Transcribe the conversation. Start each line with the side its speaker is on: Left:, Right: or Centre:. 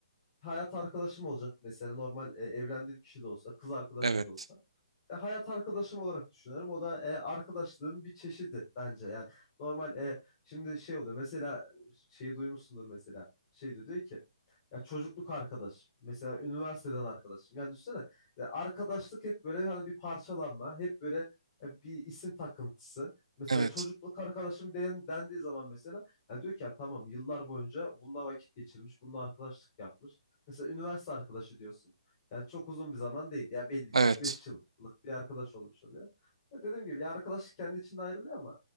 Left: hayat arkadaşım olacak mesela normal e, evlendiğim kişi de olsa kız arkadaşım
Right: Evet.
Left: da olsa e, hayat arkadaşım olarak düşünüyorum. O da e, arkadaşlığın bir çeşidi bence. Yani normal e, şimdi şey oluyor. Mesela e, şeyi duymuşsundur mesela. Şey diyor, diyor ki ya çocukluk arkadaş. Mesela üniversiteden arkadaşım. Yani düşünsene ya arkadaşlık hep böyle hani bir parçalanma, hep böyle e, bir isim takıntısı. Mesela
Right: Evet.
Left: çocukluk arkadaşım den, dendiği zaman mesela ya diyor ki ya tamam yıllar boyunca bununla vakit geçirmiş, bununla arkadaşlık yapmış. Mesela üniversite arkadaşı diyorsun. Yani çok uzun bir zaman değil. Ya belli ki
Right: Evet.
Left: üç beş yıllık bir arkadaş olmuş oluyor. Ya dediğim gibi ya arkadaşlık kendi içinde ayrılıyor ama